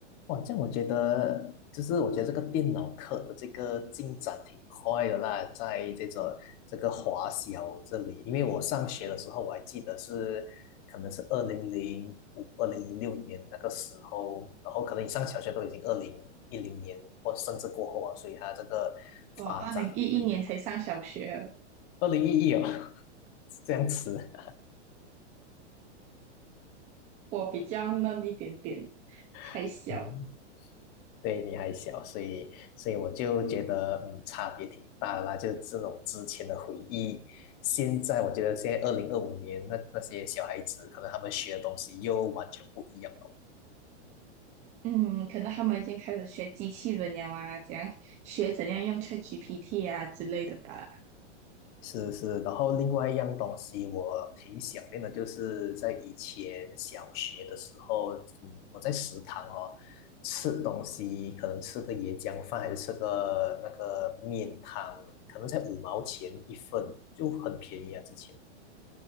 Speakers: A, on the left (about 25°); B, on the right (about 20°).
A: 哇，这样我觉得，就是我觉得这个电脑课的这个进展挺快的啦，在这个这个华小这里，因为我上学的时候，我还记得是可能是二零零五、二零零六年那个时候，然后可能你上小学都已经二零一零年或甚至过后啊，所以它这个
B: 我二零一一年才上小学，
A: 发展会比较快。二零一一哦，<laughs> 这样子，
B: 我比较嫩一点点，还小。
A: <laughs> 嗯对，你还小，所以所以我就觉得，嗯，差别挺大的啦。就是这种之前的回忆，现在我觉得现在二零二五年那那些小孩子，可能他们学的东西又完全不一样了。
B: 嗯，可能他们已经开始学机器人了啊，怎样学怎样用 ChatGPT 啊之类的吧。
A: 是是，然后另外一样东西我挺想念的，就是在以前小学的时候，嗯，我在食堂哦吃东西，可能吃个椰浆饭，还是吃个那个面汤，可能才五毛钱一份，就很便宜啊，之前。